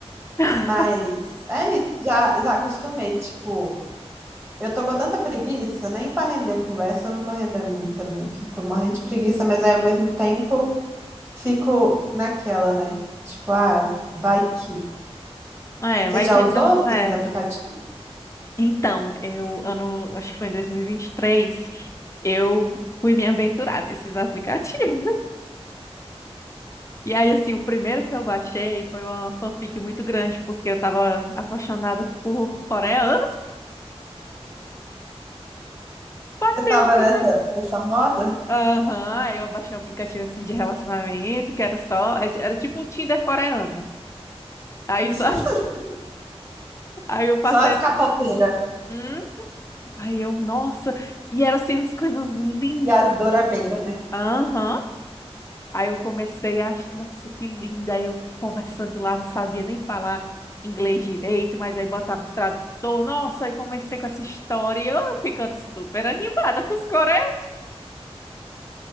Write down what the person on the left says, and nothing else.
<laughs>
É,
vai
que
dá certo.
Então, eu, ano, acho que foi em dois mil e e vinte e três, eu fui me aventurar nesses aplicativos. <laughs> E aí, assim, o primeiro que eu baixei foi uma fanfic muito grande, porque eu tava apaixonada por coreano. Baixei
o aplicativo.
Aham, aí eu baixei um aplicativo, assim, de relacionamento, que era só... Era tipo um Tinder coreano. Aí
só Aí eu passei
assim, hum? Aí eu, nossa, e eram assim as coisas lindas.
Aham. Aí eu comecei a, ach- nossa, que linda. Aí eu conversando lá, não sabia nem falar inglês direito, mas aí botava o tradutor. Nossa, aí comecei com essa história, e eu ficando super animada com os coreanos.